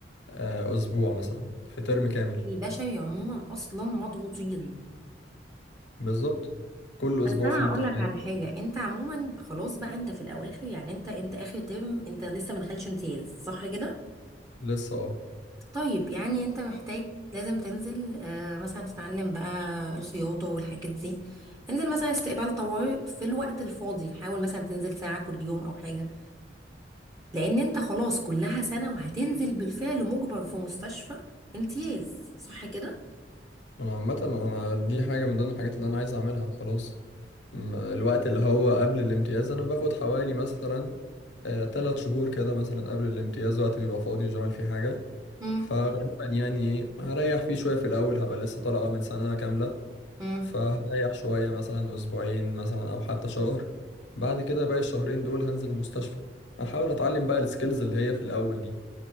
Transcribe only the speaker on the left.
آه، أسبوع مثلا في ترم كامل
بالظبط كل
أسبوع
فيه
امتحان
لسه أه
أنا عامة أنا دي حاجة من ضمن الحاجات اللي أنا عايز أعملها خلاص م- الوقت اللي هو قبل الامتياز أنا باخد حوالي مثلا آه، تلات شهور كده مثلا قبل الامتياز وقت بيبقى فاضي مش بعمل فيه حاجة
فغالبا يعني إيه هريح فيه شوية في الأول هبقى لسه طالع آه، من سنة كاملة
فهريح شوية مثلا أسبوعين مثلا أو حتى شهر بعد كده باقي الشهرين دول هنزل المستشفى أحاول أتعلم بقى السكيلز اللي هي في الأول دي